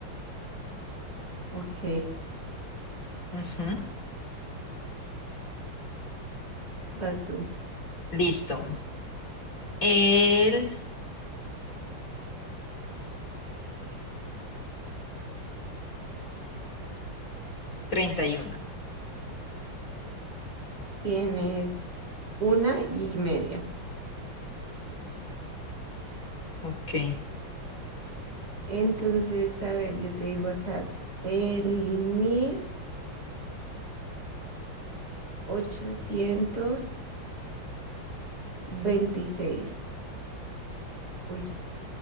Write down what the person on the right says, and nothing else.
Ok,
vas tú.
Tienes una y media.
Entonces, a ver, yo te digo acá, el mil ochocientos veintiséis. Uy,